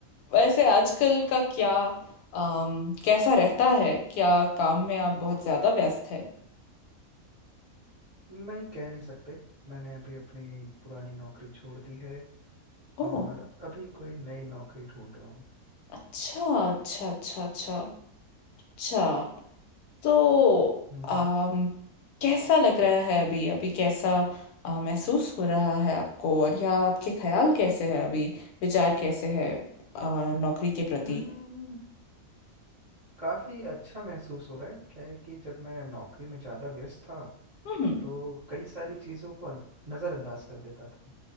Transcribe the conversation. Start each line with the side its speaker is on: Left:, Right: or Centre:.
Left: वैसे आजकल का क्या अम, कैसा रहता है क्या काम में आप बहुत ज्यादा व्यस्त है
Right: नहीं कह नहीं सकते मैंने अभी अपनी पुरानी नौकरी छोड़ दी है
Left: ओह
Right: और अभी कोई नई नौकरी ढूंढ रहा हूँ
Left: अच्छा अच्छा अच्छा अच्छा अच्छा तो
Right: हम्म
Left: आम, कैसा लग रहा है अभी अभी कैसा आ, महसूस हो रहा है आपको और या आपके ख्याल कैसे हैं अभी विचार कैसे है आ, नौकरी के प्रति
Right: हम्म। काफ़ी अच्छा महसूस हो रहा है क्या है कि जब मैं नौकरी में ज़्यादा व्यस्त था
Left: हम्म
Right: तो कई सारी चीज़ों को अन- नज़रअंदाज कर देता था